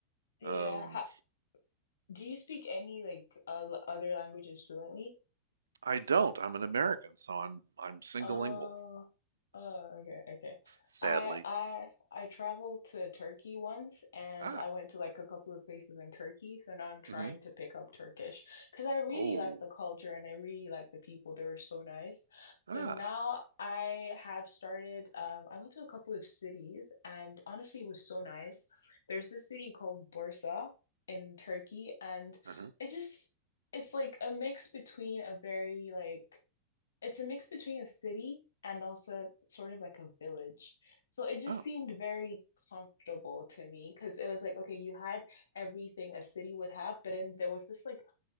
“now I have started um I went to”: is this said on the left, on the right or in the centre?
Left